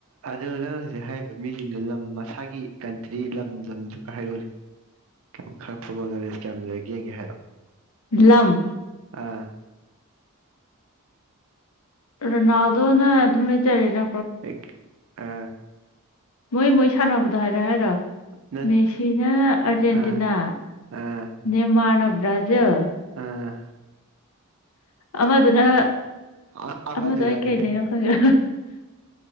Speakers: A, on the right; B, on the left.
A: ꯑꯗꯨ ꯅꯪ ꯍꯧꯖꯤꯛ ꯍꯥꯏꯔꯤꯕ ꯃꯤꯁꯤꯡꯗꯨ ꯂꯝ ꯃꯁꯥꯒꯤ ꯀꯟꯇ꯭ꯔꯤ ꯂꯝ ꯂꯝꯗꯨꯒ ꯍꯥꯏꯔꯛꯅꯦ ꯀꯌꯥꯝ ꯈꯔ ꯐꯨꯠꯕꯣꯜ ꯅꯣꯂꯦꯖ ꯀꯌꯥꯝ ꯂꯩꯔ ꯌꯦꯡꯒꯦ ꯍꯥꯏꯔꯣꯑꯣ
B: ꯂꯝꯪ
A: ꯑꯥ
B: ꯔꯅꯥꯜꯗꯣꯅ ꯑꯦꯗ ꯆꯔꯦꯅ
A: ꯑꯩ ꯑ
B: ꯃꯣꯏ ꯃꯣꯏ ꯁꯥꯟꯅꯕꯗꯣ ꯍꯥꯏꯔꯣ ꯍꯥꯏꯔꯣ
A: ꯅꯠ
B: ꯃꯦꯁꯤꯅ ꯑꯔꯖꯦꯟꯇꯤꯅꯥ
A: ꯑꯥ ꯑꯥ
B: ꯅꯃꯅ ꯭ꯔꯥꯜ ꯖ
A: ꯑꯥ
B: ꯑꯃꯗꯨꯅ
A: ꯑ ꯑꯃꯗꯨꯅꯗꯤ
B: ꯑꯃꯗꯣ ꯑꯩ ꯀꯩꯗꯩꯅꯣ ꯈꯪꯉ